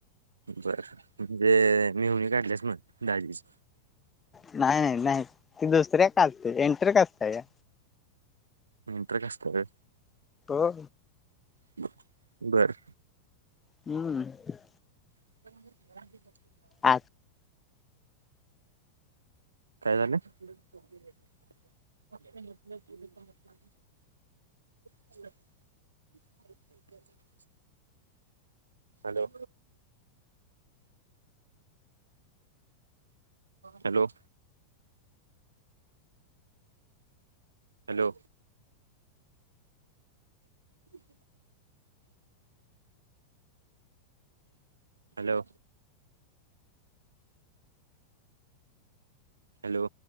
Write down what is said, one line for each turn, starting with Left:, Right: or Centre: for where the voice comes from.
Right: जर बे मेहुणी काडल्यास मन दाजी.
Left: नाही नाही नाही ती दुसऱ्या कास्ट ची एंटर कास्ट या.
Right: इंटर कास्ट वय.
Left: हो
Right: <unintelligible> बरं
Left: हम्म
Right: <unintelligible>
Left: आठ
Right: काय झालं? <unintelligible> Hello hello hello <inaudible> <unintelligible> hello hello